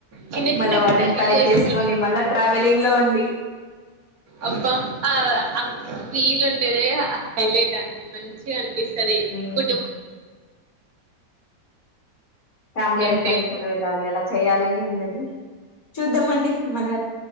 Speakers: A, on the right; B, on the left.
A: చిన్న
B: మళ్ళ
A: చిన్న
B: వాటిని
A: గుడారాలు
B: ప్యాక్
A: వేసుకోండి
B: చేసుకొని మళ్ళ ట్రావెలింగ్ లో ఉ <inaudible>
A: అబ్బా ఆ వీలు ఉండే దే హైలైట్ అండి మంచిగా అనిపిస్తుంది. టది
B: ఉమ్,
A: కుటుంబం
B: ఫ్యామిలీ అండ్
A: ఉంటే
B: ఫ్రెండ్స్ తో ని వెళ్ళాలి ఎలా చేయాలని ఉన్నది. చూద్దామండి మన